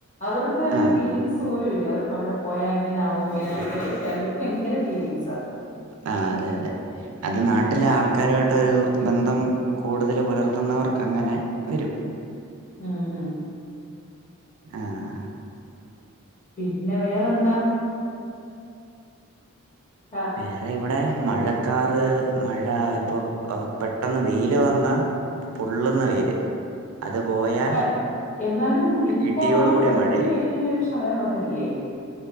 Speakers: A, on the left; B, on the right.
A: അവർക്കൊരു
B: ആ
A: ഫീലിംഗ്സ് പോലുമില്ല അവർക്ക് അവിടെ പോയാ ഇങ്ങന ആകും ഇങ്ങനെ <inaudible> <unintelligible> ഭയങ്കര ഫീലിങ്ങ്സ
B: ആ അതെയതെ അത് നാട്ടിലെ ആൾക്കാരുമായിട്ട് ഒരു ബന്ധം കൂടുതൽ പുലർത്തുന്നവർക്ക് അങ്ങനെ വരും
A: ഉം ഉം
B: ആഹ്
A: പിന്നെ വേറെന്താ ആഹ്
B: വേറെ ഇവിടെ മഴക്കാറ് മഴ ഇപ്പൊ പെട്ടന്ന് വെയില് വന്നാ പൊള്ളുന്ന വെയില് അത് പോയാ
A: ആ എന്നാലും ഇപ്പൊ
B: ഇടിയോട്
A: ആ
B: കൂടിയ
A: വലിയ
B: മഴയും
A: വെയിലിനൊരു ശമനം വന്നിട്ടില്ലേ